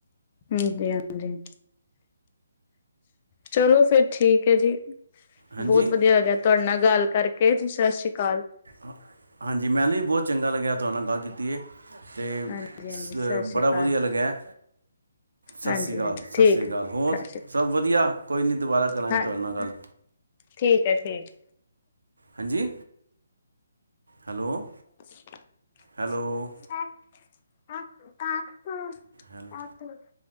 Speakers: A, on the left (about 40°); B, on the right (about 75°).
A: ਹਾਂਜੀ-ਹਾਂਜੀ ਚਲੋ, ਫੇਰ ਠੀਕ ਐਜੀ।
B: ਹਾਂਜੀ
A: ਬਹੁਤ ਵਧੀਆ ਲੱਗੇਯਾ ਤੁਆਡੇ ਨਾਲ ਗੱਲ ਕਰਕੇ ਜੀ, ਸ਼ਸ਼ ਸ਼ੀ ਕਾਲ।
B: ਹ ਹਾਂਜੀ ਮੈਨੂੰ ਵੀ ਬੋਤ ਚੰਗਾ ਲੱਗਿਆ ਤੁਆਨ ਨਾਲ ਗੱਲ ਕੀਤੀ ਏ। ਤੇ
A: ਹਾਂਜੀ ਹਾਂਜੀ ਸਤਿ ਸ੍ਰੀ
B: ਬੜਾ
A: ਅਕਾਲ
B: ਵਦੀਆ ਲੱਗੇਆ। ਸਸ
A: ਹਾਂਜੀ
B: ਸ੍ਰੀ ਕਾਲ,
A: ਹਾਂਜੀ
B: ਸਸ
A: ਠੀਕ
B: ਸ੍ਰੀ ਕਾਲ
A: ਹੈ
B: ਹੋਰ
A: ਸਤਿ ਸ਼੍ਰੀ
B: ਸਭ ਵਧੀਆ, ਕੋਈ ਨੀ ਦੁਬਾਰਾ ਕਰਾਂਗੇ
A: ਅਕਾਲ
B: ਤੁਆਡੇ
A: ਹਾਂ
B: ਨਾਲ ਗੱਲ।
A: ਠੀਕ ਐ ਠੀਕ।
B: ਹਾਂਜੀ, ਹੈਲੋ।
A: <inaudible>
B: Hello hello.
A: <inaudible>